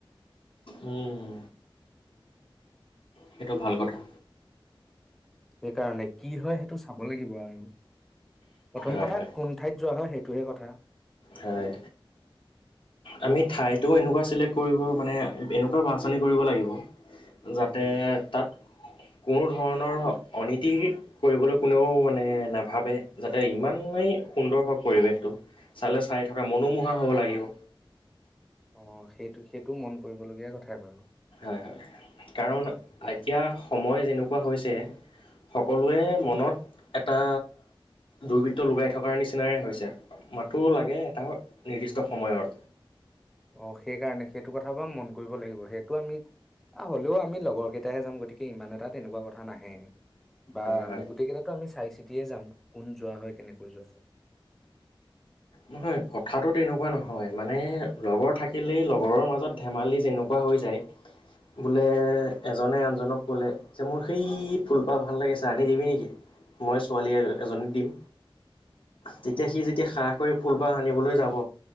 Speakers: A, on the left; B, in the centre.
A: উম, সেইটো ভাল কথা।
B: সেইকাৰণে কি হয় সেইটো চাব লাগিব আৰু। প্ৰথম
A: হয়
B: কথা
A: হয়
B: কোন ঠাইত যোৱা হয় সেই সেটোহে কথা।
A: হয় আমি ঠাইতোও এনেকুৱা চিলে কৰিব মানে এনেকুৱা বা আচনি কৰিব লাগিব যাতে
B: উম
A: তাত কোনো ধৰণৰ অনীতি কৰিবলৈ কোনেও মানে নাভাবে যাতে ইমানেই সুন্দৰ হওঁক পৰিৱেশটো। চালে চাই থকা মনোমোহা হ'ব লাগিব।
B: অ' সেইটো সেইটো মন কৰিবলগীয়া কথাই বাৰু।
A: হয় হয়। কাৰণ
B: সেই
A: এতিয়া সময় যেনেকুৱা কোৱা হৈছে, সকলোৱে মনত এটা দুৰ্বৃত্ত লগগাই থকাৰ নিচিনাই হৈছে মথো লাগে এটা নিৰ্দিষ্ট সময়ৰ।
B: অ', সেইকাৰণে সেইটো কথা বাৰু মন কৰিব লাগিব। সেইটো আমি হলেও, আমি লগৰ কেইটাহে যাম। গতিকে ইমান এটা তেনেকুৱা কথা নাহে। বা
A: হয়
B: আমি
A: হয়
B: গোটেই কেইটাতো আমি চাইছো। চিতিয়ে যাম কোন যোৱা হয় কেনেকৈ যোৱা হয়।
A: নহয় কথাটো তেনেকুৱা নহয় মানে লগৰ থাকিলেই লগৰৰ মাজত ধেমালি যেনেকুৱা হৈ যায় বোলে এজনে আনজনক ক'লে যে, মোৰ সেই ফুলপাহ ভাল লাগিছে, আনি দিবি নেকি, মই ছোৱালী এজনীক দিম। তেতিয়া সি যেতিয়া শাক কৰি ফুলপাহ সনিবলৈ যাব।